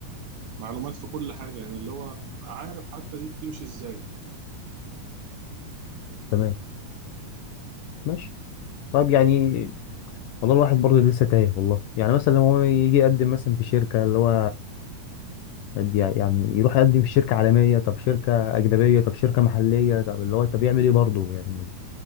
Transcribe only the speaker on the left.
تمام ماشي طيب يعني والله الواحد برضه لسه تايه والله يعني مثلا لو هو يجي يقدم مثلا في شركة اللي هو قد- يعني يروح يقدم في شركة عالمية طب شركة أجنبية طب شركة محلية طب اللي هو طب يعمل إيه برضه يعني